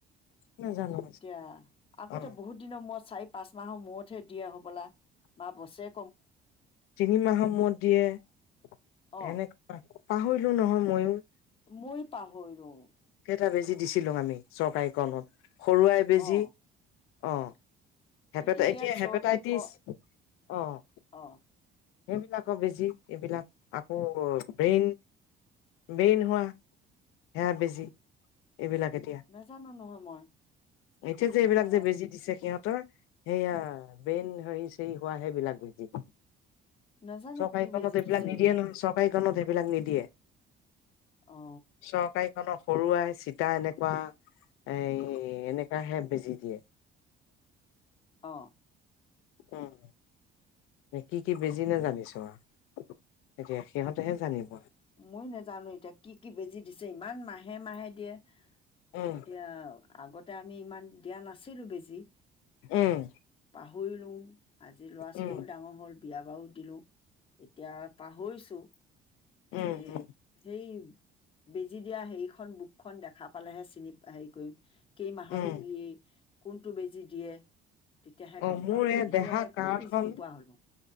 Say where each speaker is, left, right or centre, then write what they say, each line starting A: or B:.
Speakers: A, on the left; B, on the left.
A: নাজানো
B: এতিয়া, আগতে
A: অ
B: বহুত দিনৰ মই চাৰি পাঁচ মাহৰ মূৰতহে দিয়া হ'বলা, বা বছেৰে
A: তিনি মাহৰ মূৰত দিয়ে,
B: অ
A: এনেকুৱা পাহৰিলো নহয় ময়ো।
B: মই পাহৰিলো।
A: টা বেজি দিছিলো আমি চৰকাৰীকৰণত। সৰুআই বেজি।
B: অ
A: অঁ। হেপাটাই-এতিয়া
B: এতিয়া ইয়াত
A: হেপেটাইটিছ,
B: চৰকাৰী ক
A: অ'।
B: অ।
A: সেইবিলাকৰ বেজি, এইবিলাক আকৌ ব্ৰেইন, ব্ৰেইন হোৱা, সেয়া বেজি। এইবিলাক এতিয়া,
B: নাজানো নহয় মই
A: এতিয়া যে এইবিলাক
B: অ
A: যে বেজি দিছে সিহঁতৰ। সেইয়া, ব্ৰেইন হেৰী-চেৰী হোৱা সেইবিলাক বে <inaudible> <unintelligible>
B: নাজানো
A: চকাইকৰনত
B: কি বেজি
A: এইবিলাক
B: দিছে
A: নিদিয়ে
B: এতিয়া
A: নহয়, চকাই <inaudible> <unintelligible> এইবিলাক নিদিয়ে।
B: অ
A: চৰকাৰীকৰন সৰুৱাই চিতা এনেকুৱা, এই, এনেকুৱাহে বেজি দিয়ে।
B: অ
A: <unintelligible> উম। কি কি বেজি নেজানিছো আও, এতিয়া সিহঁতেহে জানিব।
B: মই নেজানো এতিয়া কি কি বেজি দিছে ইমান মাহে-মাহে দিয়ে।
A: উম
B: এতিয়া, আগতে আমি ইমান দিয়া নাছিলো বেজি।
A: উম
B: পাহৰিলো, আজি লৰা ছোৱালীও
A: উম
B: ডাঙৰ হল বিয়া বাৰুও দিলো। এতিয়া পাহৰিছো।
A: উম
B: এই,
A: উম
B: সেই বেজি দিয়া হেৰিখন বুকখন দেখা পালেহে চিনি, হেৰি কৰিম। কেই মাহত
A: উম
B: কি, কোনটো বেজি দিয়ে। তেতিয়াহে
A: অ
B: গম
A: মোৰ
B: পাম
A: এই
B: এতিয়া
A: দেহা
B: একো
A: কাৰ্ডখন
B: বুজি নোপোৱা হলোঁ।